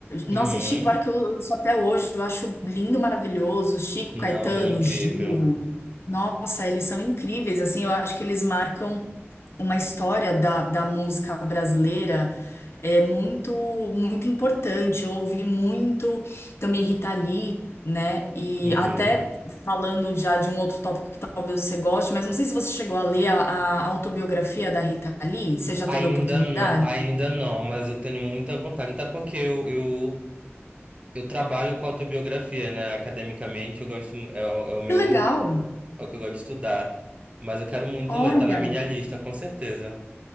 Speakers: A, on the left (about 65°); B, on the right (about 25°).
A: Nossa,
B: Uhum.
A: e Chico Buarque eu, eu sou até hoje, eu acho lindo, maravilhoso. Chico,
B: Não,
A: Caetano,
B: ele é incrível.
A: Gil. Nossa, eles são incríveis, assim, eu acho que eles marcam uma história da, da música brasileira, é muito, muito importante. Eu ouvi muito também Rita Lee, né? E
B: Uhum.
A: até falando já de um outro tópico que talvez você goste, mas não sei se você chegou a ler a, a autobiografia da Rita Lee. Você já
B: Ainda,
A: teve a oportunidade?
B: n- ainda não, mas eu tenho muita vontade, até porque eu, eu, eu trabalho com autobiografia, né? Academicamente, eu gosto, mu- é, o- é o meu,
A: Que legal!
B: é o que eu gosto de estudar. Mas eu quero muito
A: Olha,
B: ler, tá na minha lista, com certeza.